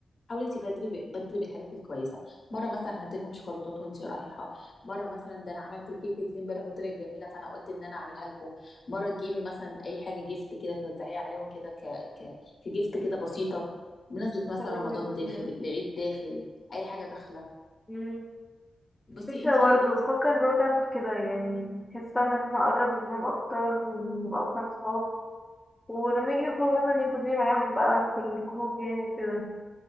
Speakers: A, on the left; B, in the centre.
A: حاولي انت بدري ب... بدري بالحاجات الكويسه مره مثلا هاتي لهم شوكولاتات وانت رايحه مره مثلا ده انا عملت الكيكه دي امبارح وطلعت جميله فانا قلت ان انا اعملها لكم مره تجيبي مثلا اي حاجه جيفت كده توزعيها عليهم كده ك... ك... كجيفت كده بسيطه بمناسبه مثلا
B: حلو
A: رمضان
B: جدا
A: داخل
B: بجد
A: العيد داخل اي حاجه داخله
B: مم.
A: بصي
B: فكرة
A: انت
B: برضه بفكر برضه أعمل كده يعني بحس فاهمة إن أنا أقرب منهم أكتر ونبقى مثلا صحاب ولما يجي يخرجوا مثلا ياخدوني معاهم بقى في الجروب يعني كده